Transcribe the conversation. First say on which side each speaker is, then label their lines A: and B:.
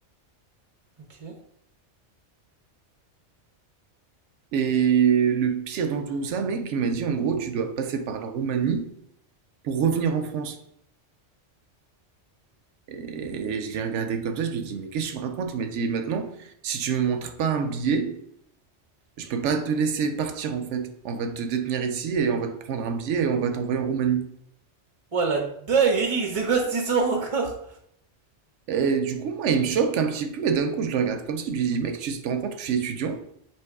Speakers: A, on the right (about 40°); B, on the right (about 75°).
A: Ok.
B: Et le pire dans tout ça, mec, il m'a dit, en gros, tu dois passer par la Roumanie pour revenir en France. Et je l'ai regardé comme ça, je lui ai dit, mais qu'est-ce que tu me racontes? Il m'a dit, maintenant, si tu me montres pas un billet, je peux pas te laisser partir en fait. On va te détenir ici et on va te prendre un billet et on va t'envoyer en Roumanie.
A: Ouah, la dinguerie, c'est quoi cette histoire encore?
B: Et du coup, moi, il me choque un petit peu et d'un coup, je le regarde comme ça, je lui dis, mec, tu te rends compte que je suis étudiant